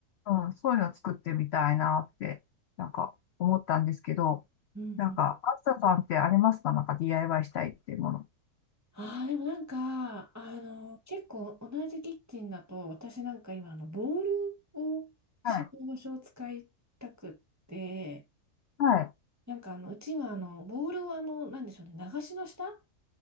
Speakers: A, on the left; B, on the right.
A: うん、そういうのを作ってみたいなって、なんか思ったんですけど、
B: うんうん
A: なんか、あずささんってありますかなんか DIY したいっていうもの。
B: ああ、でもなんか、あの、結構同じキッチンだと、私なんか今、あの、ボールを、集合場所を使いたくって、
A: はい、はい、
B: なんかあの、うちはあの、ボールをあの、なんでしょうね、流しの下